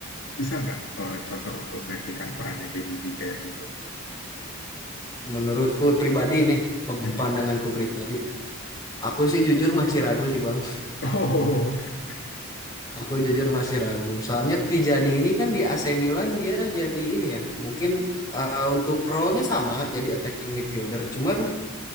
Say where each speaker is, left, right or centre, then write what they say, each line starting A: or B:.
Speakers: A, on the left; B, on the left.
A: bisa nggak eh, cocok untuk menggantikan perannya KDB kayak gitu?
B: Menurutku pribadi nih, pem-
A: Mm-mm.
B: pandanganku
A: <laughs>
B: pribadi. Aku sih jujur masih ragu sih Bang.
A: Oh, oke.
B: Aku jujur masih ragu. Soalnya Tijani ini kan di AC Milan dia jadi ini ya. Mungkin eh, untuk role-nya sama jadi attacking midfielder. Cuman